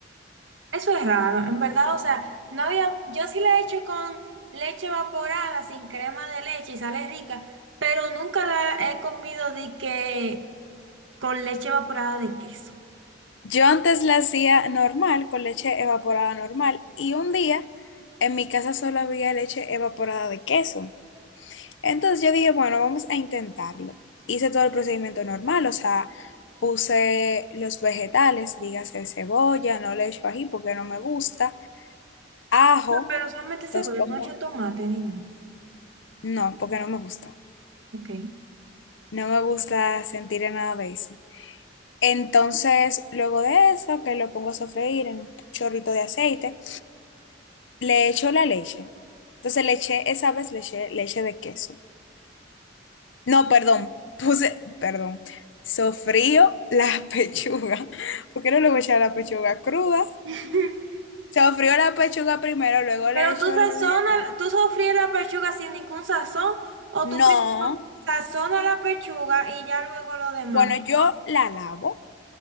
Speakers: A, on the right; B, on the left.
A: Eso es raro, en verdad, o sea, no había, yo sí la he hecho con leche evaporada, sin crema de leche y sale rica, pero nunca la he comido de que con leche evaporada de queso.
B: Yo antes la hacía normal, con leche evaporada normal, y un día en mi casa solo había leche evaporada de queso. Entonces yo dije, bueno, vamos a intentarlo. Hice todo el procedimiento normal, o sea, puse los vegetales, dígase cebolla, no le echo ají porque no me gusta, ajo,
A: No, pero solamente seguro,
B: los pongo,
A: tú no echas tomate ni nada.
B: no, porque no me gusta.
A: Ok.
B: No me gusta sentir nada de eso. Entonces, luego de eso, que lo pongo a sofreír en un chorrito de aceite. le echo la leche. Entonces le eché, esa vez le eché leche de queso. No, perdón, <laughs> puse, perdón, sofrío la <laughs> pechuga, porque no le voy a echar la pechuga cruda.
A: <laughs>
B: Sofrío la pechuga primero, luego
A: Pero
B: le echo
A: tú sazonas,
B: los vegetales.
A: tú sofríes la pechuga sin ningún sazón, o tú
B: No,
A: primero sazonas la pechuga y ya luego lo demás.
B: bueno, yo la lavo.